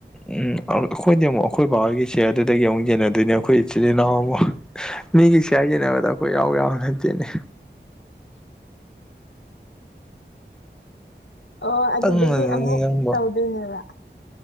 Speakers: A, in the centre; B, on the left.
A: ꯎꯝ ꯑꯈꯣꯏꯗꯤ ꯑꯃꯨꯛ ꯑꯈꯣꯏ ꯕꯥꯑꯣꯏꯒꯤ ꯁꯤꯌꯥꯔ ꯗꯨꯗꯒꯤ ꯑꯃꯨꯛ ꯌꯦꯟꯅꯗꯣꯏꯅꯦ ꯑꯈꯣꯏ ꯏꯆꯤꯜ ꯏꯅꯥꯎ ꯑꯃ ꯃꯤꯒꯤ ꯁꯤꯌꯥꯔ ꯌꯦꯟꯅꯕꯗ ꯑꯩꯈꯣꯏ ꯌꯥꯎ ꯌꯥꯕ ꯅꯠꯇꯦꯅꯦ
B: ꯑꯣ ꯑꯗꯨꯗꯒꯤ
A: ꯄꯪꯅꯅꯤ
B: ꯑꯃꯨꯛ
A: ꯅꯪꯕꯣ
B: ꯇꯧ ꯗꯨꯅꯦꯕ